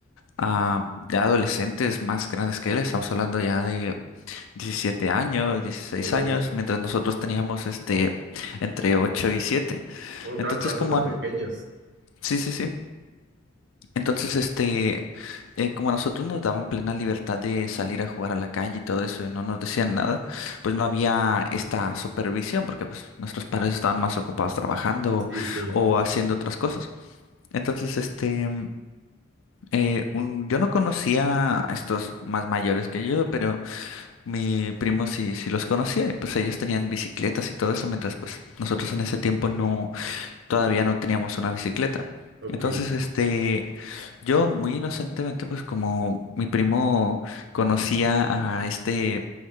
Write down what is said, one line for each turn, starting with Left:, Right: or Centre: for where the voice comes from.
Left: a ya adolescentes más grandes que él, estamos hablando ya de 17 años, dieciséis
Right: Oh,
Left: años, mientras nosotros teníamos este entre ocho y siete
Right: oh,
Left: Entonces,
Right: claro, estaban
Left: como
Right: súper
Left: an-
Right: pequeños.
Left: sí, sí, sí. Entonces, este, eh, como a nosotros nos daban plena libertad de salir a jugar a la calle y todo eso, y no nos decían nada, pues no había esta supervisión, porque pues nuestros padres estaban más ocupados trabajando
Right: Sí, sí.
Left: o haciendo otras cosas. Entonces, este. Eh, un- yo no conocía a estos más mayores que yo, pero mi primo sí, sí los conocía, y pues ellos tenían bicicletas y todo eso, mientras pues nosotros en ese tiempo no, todavía no teníamos una bicicleta.
Right: Ok.
Left: Entonces, este, yo muy inocentemente, pues como mi primo conocía a este,